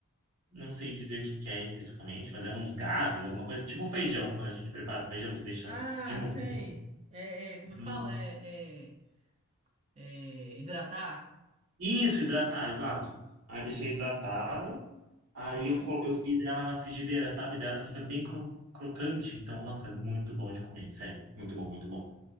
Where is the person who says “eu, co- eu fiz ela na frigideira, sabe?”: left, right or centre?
Right